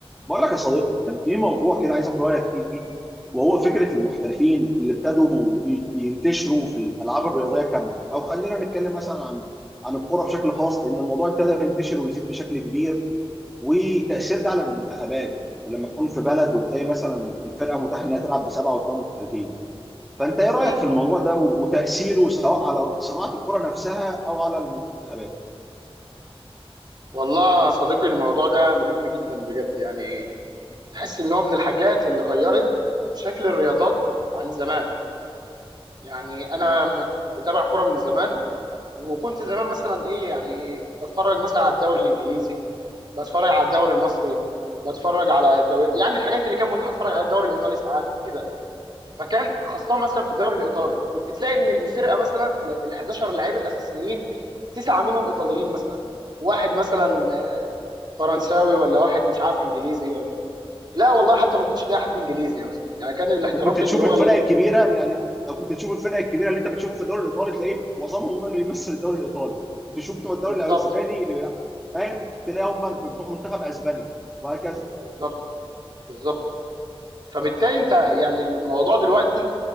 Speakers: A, in the centre; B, on the right (about 45°).
A: بقول لك يا صديقي كان في موضوع كده عايز اخد رايك فيه وهو فكره المحترفين اللي ابتدوا ي- ينتشروا في الالعاب الرياضيه كامله او خلينا نتكلم مثلا عن عن الكره بشكل خاص لان الموضوع ابتدى ينتشر ويزيد بشكل كبير وتاثير ده على المنتخبات يعني انت لما تكون في بلد وتلاقي مثلا الفرقه متاح انها تلعب بسبعه وثمان محترفين فانت ايه رايك
B: مم.
A: في الموضوع ده و- وتاثيره سواء على صناعه الكره نفسها او على المنتخبات؟
B: والله يا صديقي الموضوع ده مهم جدا بجد يعني تحس ان هو من الحاجات اللي غيرت شكل الرياضات عن زمان يعني انا م- بتابع كرة من زمان وكنت زمان مثلا ايه يعني بتفرج مثلا على الدوري الانجليزي بتفرج على الدوري المصري بتفرج على الدوري يعني الحاجات اللي كان متاح اتفرج على الدوري الايطالي ساعات كده فكان خاصة مثلا في الدوري الايطالي كنت تلاقي ان الفرقة مثلا ال 11 لعيب الاساسيين تسعة منهم ايطاليين مثلا واحد مثلا فرنساوي ولا واحد مش عارف انجليزي ولا لا والله حتى ما كنتش لاقي حد انجليزي يعني مثلا يعني كان الاحتراف
A: وكنت تشوف
B: اللي هو
A: الفرق
B: ال...
A: الكبيره يعني لو كنت تشوف الفرق الكبيره اللي انت بتشوفهم في الدوري الايطالي تلاقيه معظمهم هم اللي بيمثل الدوري الايطالي وتشوف بتوع الدوري
B: بالظبط
A: الاسباني اللي بيلعب فاهم تلاقي هم بتوع منتخب اسباني وهكذا
B: بالظبط بالظبط فبالتالي انت يعني الموضوع دلوقتي